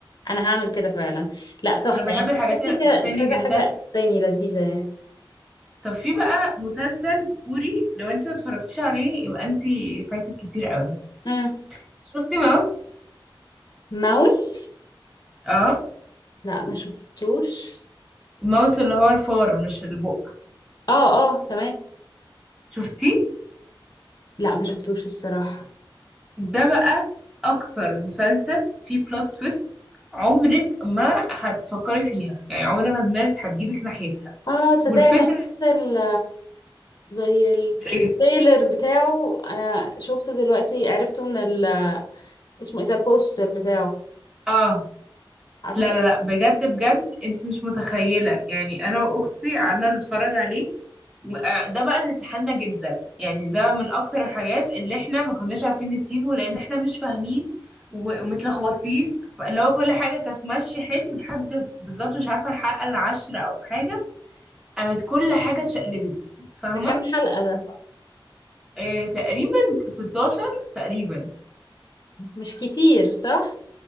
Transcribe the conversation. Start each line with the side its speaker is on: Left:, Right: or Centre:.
Left: انا هعمل كده فعلا لا تحفه
Centre: انا بحب
Left: يعني
Centre: الحاجات
Left: شفت
Centre: الاسباني
Left: ك- كذا
Centre: جدا
Left: حاجه اسباني لذيذه يعني
Centre: طب في بقى مسلسل كوري لو انت ما اتفرجتيش عليه يبقى انت فايتك كتير قوي
Left: مم.
Centre: شفتي ماوس
Left: ماوس
Centre: اه
Left: لا ما شفتوش
Centre: ماوس اللي هو الفار مش البق
Left: اه اه تمام
Centre: شفتيه
Left: لا ما شفتوش الصراحه
Centre: ده بقى اكتر مسلسل فيه بلوت تويستس عمرك ما هتفكري فيها يعني عمر ما دماغك هتجيبك ناحيتها
Left: اه صدق
Centre: والفكرة
Left: انا شفت ال زي التريلر
Centre: ايه
Left: بتاعه انا شفته دلوقتي عرفته من ال اسمه ايه ده البوستر بتاعه
Centre: اه
Left: اعتقد
Centre: لا لا لا بجد بجد انت مش متخيلة يعني انا واختي قعدنا نتفرج عليه وده بقى اللي سحلنا جدا يعني ده من اكتر الحاجات اللي احنا ما كناش عارفين نسيبه لان احنا مش فاهمين و- ومتلخبطين فاللي هو كل حاجة كانت ماشية حلو لحد بالظبط مش عارفة الحلقة العاشرة او حاجة قامت كل حاجة اتشقلبت فاهمة
Left: ده كام حلقة ده
Centre: آه تقريبا 16 تقريبا
Left: مش كتير صح